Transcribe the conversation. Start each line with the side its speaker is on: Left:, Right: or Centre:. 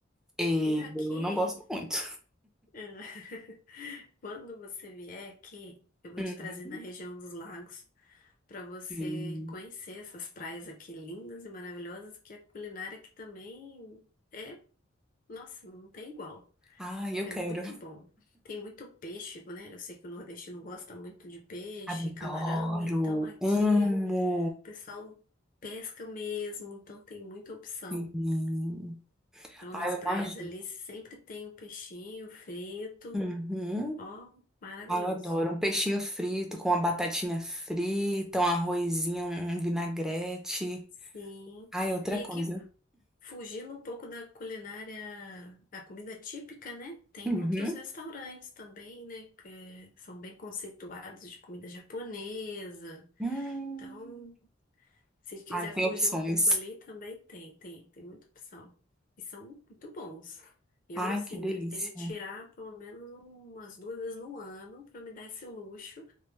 Centre: Eu
Left: E aqui,
Centre: não gosto muito.
Left: <laughs> quando você vier aqui, eu vou
Centre: Uhum,
Left: te trazer na região dos lagos. para você
Centre: sim.
Left: conhecer essas praias aqui lindas e maravilhosas, que a culinária aqui também é, nossa, não tem igual.
Centre: Ai, eu
Left: É
Centre: quero.
Left: muito bom. Tem muito peixe, né? Eu sei que o nordestino gosta muito de peixe,
Centre: Adoro.
Left: camarão, então aqui
Centre: Amo.
Left: o pessoal pesca mesmo, então tem muita opção.
Centre: Sim.
Left: Então
Centre: Ai,
Left: nas
Centre: eu
Left: praias
Centre: imagino.
Left: ali sempre tem o peixinho frito,
Centre: Uhum.
Left: ó, maravilhoso.
Centre: Ai, eu adoro. Um peixinho frito com uma batatinha frita, um arrozinho, um vinagrete.
Left: Sim.
Centre: Ai, é outra
Left: E
Centre: coisa.
Left: aqui Fugindo um pouco da culinária, da comida típica, né? Tem
Centre: Uhum.
Left: outros restaurantes também, né? Que são bem conceituados de comida japonesa.
Centre: Hum.
Left: Então, se quiser
Centre: Ai, tem
Left: fugir
Centre: opções.
Left: um pouco ali, também tem, tem, tem muita opção. E são muito bons. Eu,
Centre: Ai,
Left: assim,
Centre: que delícia.
Left: eu tenho que tirar pelo menos umas duas vezes no ano para me dar esse luxo